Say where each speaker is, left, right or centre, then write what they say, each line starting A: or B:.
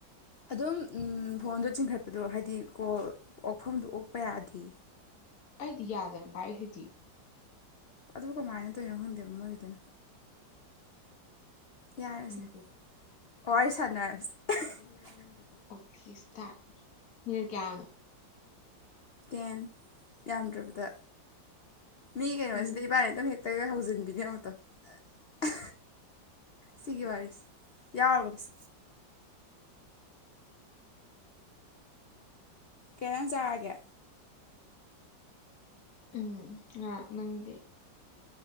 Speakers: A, on the left; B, on the left.
A: ꯑꯗꯨꯝ ꯎꯝ ꯐꯣꯟꯗꯣ ꯆꯤꯡꯈꯠꯄꯗꯣ ꯍꯥꯏꯗꯤ ꯀꯣꯜ ꯑꯣꯛꯐꯝꯗꯣ ꯑꯣꯛꯄ ꯌꯥꯗꯦ
B: ꯑꯩꯗꯤ ꯌꯥꯗꯅ ꯄꯥꯢꯔꯤꯁꯤꯗꯤ
A: ꯑꯗꯨꯕꯨ ꯀꯃꯥꯢꯅ ꯇꯧꯔꯤꯅꯣ ꯈꯪꯗꯦꯕ ꯃꯣꯢꯒꯤꯗꯨꯅ ꯌꯥꯔꯦꯁꯦ
B: ꯈꯪꯗꯦ
A: ꯍꯣ ꯑꯩ ꯁꯥꯟꯅ <unintelligible>
B: ꯑꯣꯛꯈꯦ ꯁꯇ꯭ꯔꯠ ꯃꯤꯅꯠ ꯀꯥꯌꯥꯅꯣ
A: ꯇꯦꯟ ꯌꯥꯝꯗ꯭ꯔꯕꯗ ꯃꯤ ꯀꯩꯅꯣꯁꯤꯗ
B: ꯎꯝ
A: ꯏꯕꯥꯟꯅꯤ ꯑꯗꯨꯝ ꯍꯦꯛ ꯇꯩꯅꯍꯧꯖꯤꯟꯕꯤꯅꯤ ꯌꯦꯡꯉꯨ ꯇꯨ ꯁꯤꯒꯤ ꯋꯥꯔꯤꯁꯤ ꯌꯥꯎꯔꯒꯨꯝꯁꯤ ꯀꯩ ꯏꯟꯖꯥꯡ ꯆꯥꯔꯒꯦ
B: ꯎꯝ ꯉꯥ ꯅꯪꯗꯤ